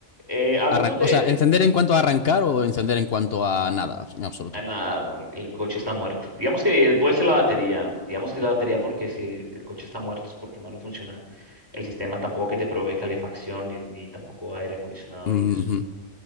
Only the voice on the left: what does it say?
Arran-
o sea, ¿encender en cuanto a arrancar o encender en cuanto a nada? En absoluto.
Ujú,